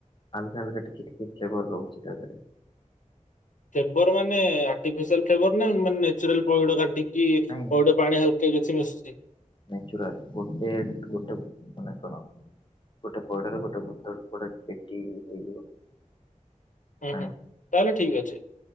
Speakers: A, on the left; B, on the left.
A: ହାଲକା ହାଲକା ଟିକେ ଫ୍ଲେବର ରହୁଛି ତାହାଲେ।
B: କେବେ ର ମାନେ ଆଟିଫିସିଆଲଫ୍ଲେଭରମାନେ ନା ନେଚୁରାଲ ପଇଡ଼ କାଟି ପଇଡ଼
A: ନାଇଁ
B: ପାଣି ହାଲୁକା କି ମିଶୁଛି।
A: ନଚୁରାଲ ଗୋଟେ ଗୋଟେ ମାନେ କଣ ଗୋଟେ ପଇଡର ଗୋଟେ ବୋତଲ ଗୋଟେ ପେଟି ହେଇଯିବ
B: ହୁଁ
A: ପାଣି
B: ହୁଁ ତାହେଲେ ଠିକ ଅଛି